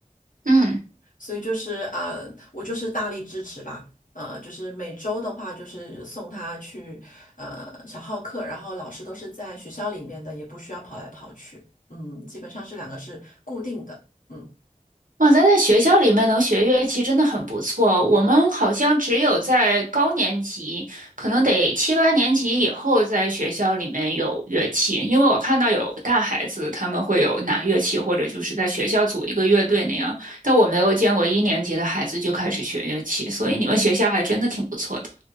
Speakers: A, on the right (about 80°); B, on the left (about 75°).
A: 嗯，
B: 所以就是呃，我就是大力支持吧。呃，就是每周的话，就是送他去呃小号课，然后老师都是在学校里面的，也不需要跑来跑去。嗯，基本上这两个是固定的。嗯。
A: 哇，咱在学校里面能学乐器真的很不错。我们好像只有在高年级，可能得七八年级以后，在学校里面有乐器。因为我看到有大孩子他们会有拿乐器，或者就是在学校组一个乐队那样，但我没有见过一年级的孩子就开始学乐器，所以你们学校还真的挺不错的。